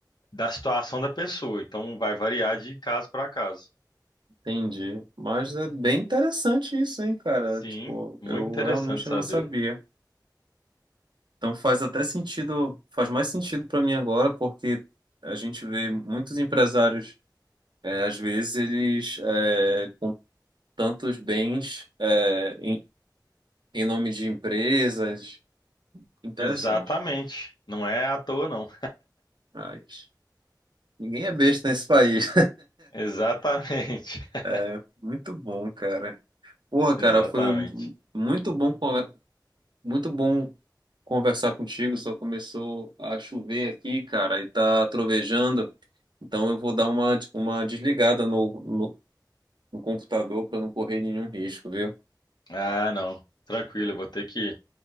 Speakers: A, on the left; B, on the right.
A: da situação da pessoa, então vai variar de caso para caso.
B: Entendi. Mas é bem interessante isso, hein, cara?
A: Sim,
B: Tipo,
A: muito
B: eu
A: interessante
B: realmente
A: saber.
B: não sabia. Então faz até sentido, faz mais sentido para mim agora, porque a gente vê muitos empresários, é, às vezes eles é, com tantos bens é, em, em nome de empresas. Interessante.
A: Exatamente. Não é à toa, não.
B: Mas ninguém é besta nesse país.
A: Exatamente. <laughs>
B: <laughs> Muito bom, cara. Porra, cara,
A: Exatamente.
B: foi muito bom Muito bom conversar contigo. Só começou a chover aqui, cara, e tá trovejando. Então eu vou dar uma, uma desligada no, no, no computador para não correr nenhum risco, viu?
A: Ah, não. Tranquilo, eu vou ter que